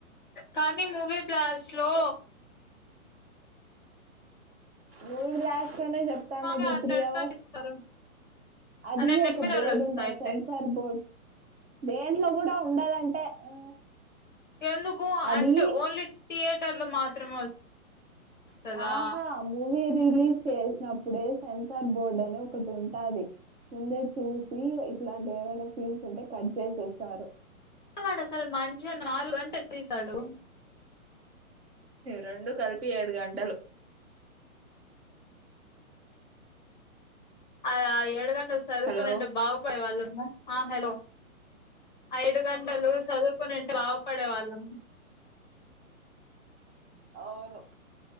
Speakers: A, on the left; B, on the right.
A: కానీ మూవీ ప్లాస్ లో
B: నూడు లలాక్ లోనే చెప్తాం
A: కానీ
B: అది
A: అట్లా
B: త్రీ
A: ఎట్లా
B: అవర్స్
A: తీస్తారు
B: అది
A: నేను నెట్
B: ఒక
A: మిర్రర్
B: బోర్డు
A: లో చూస్తా
B: ఉంటుంది
A: అయితే
B: సెన్సార్ బోర్డు దేంట్లో కూడా ఉండాలంటే ఆ
A: ఎందుకు
B: అది
A: అంటే ఓన్లీ థియేటర్లు మాత్రమే వ వస్తుందా
B: ఆహా! మూవీ రిలీజ్ చేసినప్పుడే సెన్సార్ బోర్డ్ అని ఒకటి ఉంటుది ముంద చూసి ఇట్లాంటి ఏవైనా సీన్స్ ఉంటే కట్ చేసి ఇస్తారు
A: చివాడు అసలు మంచి నాలుగు అంటే తీసాడు
B: రెండు కలిపి ఏడు గంటలు
A: ఆ ఏడు గంట చదువుకోొనింటే
B: హలో!
A: బాగుపడే వాళ్ళం ఆ హలో ఐదు గంటలు చదువుకొని ఉంటే బాగుపడే వాళ్ళం
B: అవును